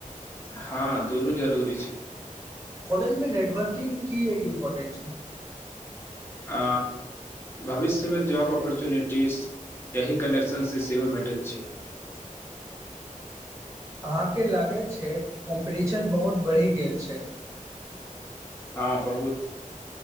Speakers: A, on the left; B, on the right.
A: हँ दुनू जरूरी छै
B: कॉलेजमे नेटवर्किंग की एक इम्पोर्टेंट छै
A: आ भविष्यमे जॉब ऑपर्च्युनिटीज यही कनेक्शनसँ सेहो भेटैत छै
B: <unintelligible> अहाँके लागै छै कॉम्पिटिशन बहुत बढ़ि गेल छै
A: हँ बहुत